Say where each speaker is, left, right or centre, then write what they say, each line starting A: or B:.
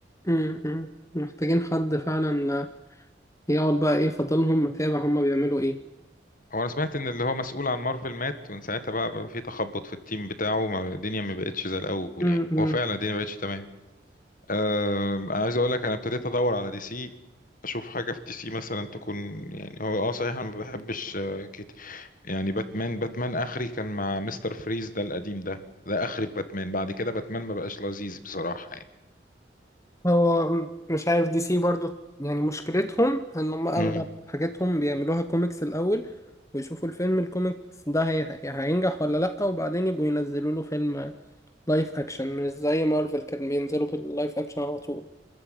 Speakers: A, on the left; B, on the left.
A: مم. مم. محتاجين حد فعلا يقعد بقى إيه فضلهم متابع هما بيعملوا إيه
B: هو انا سمعت ان اللي هو مسؤول عن مارفل مات ومن ساعتها بقى في تخبط في التيم بتاعه ما- الدنيا ما بقتش زي الاول
A: مم.
B: يعني هو فعلا الدنيا ما بقتش تمام آه، انا عايز اقول لك انا ابتديت ادور على دي سي اشوف حاجه في دي سي مثلا تكون يعني هو اه صحيح انا ما بحبش يعني باتمان باتمان اخري كان مع مستر فريز ده القديم ده ده اخري في باتمان بعد كده باتمان ما بقاش لذيذ بصراحة يعني
A: هو م- مش عارف دي سي برضو يعني مشكلتهم ان هم اغلب
B: امم
A: حاجاتهم بيعملوها كوميكس الاول ويشوفوا الفيلم الكوميكس ده هي... هي- هينجح ولا لا وبعدين يبقوا ينزلوا له فيلم لايف اكشن مش زي مارفل كان بينزلوا باللايف اكشن على طول